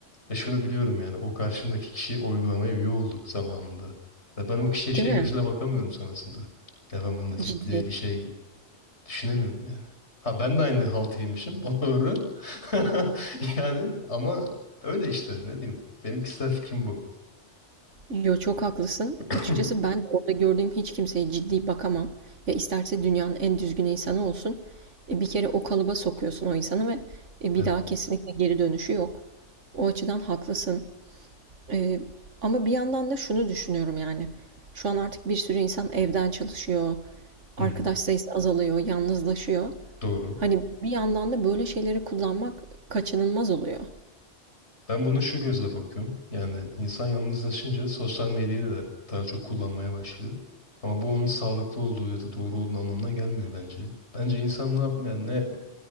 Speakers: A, on the left; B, on the right.
A: Ve şunu biliyorum yani o karşımdaki kişi o uygulamaya üye oldu zamanında. Ve ben o kişiye şey
B: Değil mi?
A: gözüyle bakamıyorum sonrasında. Ya ben bununla ciddi
B: Ciddi.
A: bir şey Düşünemiyorum yani. Ha ben de aynı haltı yemişim. <laughs> O doğru. <laughs> Yani ama öyle işte ne diyeyim. Benim kişisel fikrim bu.
B: Yo çok haklısın.
A: <laughs>
B: Açıkçası
A: <clears throat>
B: ben orada gördüğüm hiç kimseye ciddi bakamam. Ya isterse dünyanın en düzgün insanı olsun. E, bir kere o kalıba sokuyorsun o insanı ve e, bir
A: Evet.
B: daha kesinlikle geri dönüşü yok. O açıdan haklısın. Eee, ama bir yandan da şunu düşünüyorum yani. Şu an artık bir sürü insan evden çalışıyor.
A: Hı
B: Arkadaş
A: hı.
B: sayısı azalıyor, yalnızlaşıyor.
A: Doğru.
B: Hani bir yandan da böyle şeyleri kullanmak kaçınılmaz oluyor.
A: Ben bunu şu gözle bakıyorum. Yani insan yalnızlaşınca sosyal medyayı da daha çok kullanmaya başlıyor. Ama bu onun sağlıklı olduğu ya da doğru olduğu anlamına gelmiyor bence. Bence insan ne yap yani ne